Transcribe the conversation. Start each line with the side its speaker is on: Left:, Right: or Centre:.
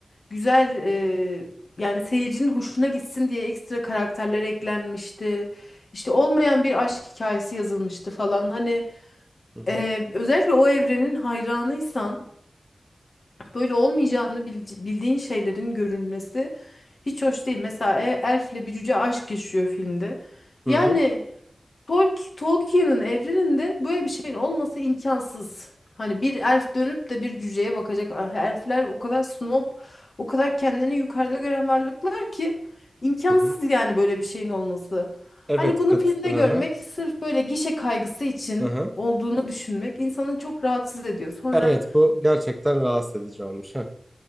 Left: güzel e, yani seyircinin hoşuna gitsin diye ekstra karakterler eklenmişti. İşte olmayan bir aşk hikayesi yazılmıştı falan. Hani
Centre: hı hı
Left: e, özellikle o evrenin hayranıysan böyle olmayacağını bil- bildiğin şeylerin görünmesi hiç hoş değil. Mesela e- elfle bir cüce aşk yaşıyor filmde.
Centre: hı
Left: Yani
Centre: hı.
Left: Tolk- Tolkien'in evreninde böyle bir şeyin olması imkansız. Hani bir elf dönüp de bir cüceye bakacak. Ah, Elfler o kadar snob, o kadar kendini yukarıda gören varlıklar ki imkansız
Centre: hı hı.
Left: yani böyle bir şeyin olması.
Centre: Evet
Left: Hani bunu
Centre: kat
Left: filmde
Centre: hı
Left: görmek
Centre: hı
Left: sırf böyle gişe kaygısı için
Centre: hı hı.
Left: olduğunu düşünmek insanı çok rahatsız ediyor. Sonra
Centre: Evet bu gerçekten rahatsız edici olmuş. Hı